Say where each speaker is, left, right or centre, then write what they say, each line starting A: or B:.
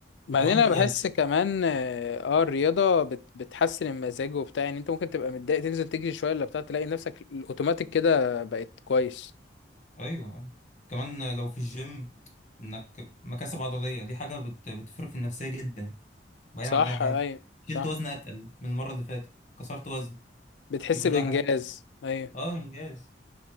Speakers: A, on the left; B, on the left.
A: بعدين
B: كمان
A: انا بحس كمان اه آه، الرياضة بت بتحسن المزاج وبتاع يعني انت ممكن تبقى متضايق تنزل تجري شوية ولا بتاع تلاقي نفسك الاوتوماتيك كده بقت كويس
B: ايوه يا عم. كمان لو في الجيم انك مكاسب عضلية دي حاجة بت... بتفرق في النفسية جدا بعيد
A: صح
B: عن اي حاجة
A: ايوه
B: شلت
A: صح
B: وزن اتقل من المرة اللي فاتت كسرت وزن
A: بتحس
B: دي كلها
A: بانجاز
B: حاجات
A: ايوه
B: اه انجاز